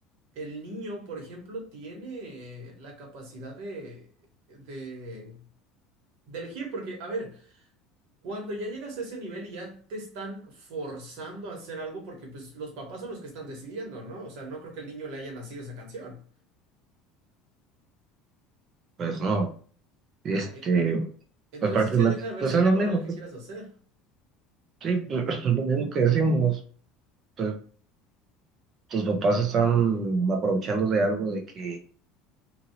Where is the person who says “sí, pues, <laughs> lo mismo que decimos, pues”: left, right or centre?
Right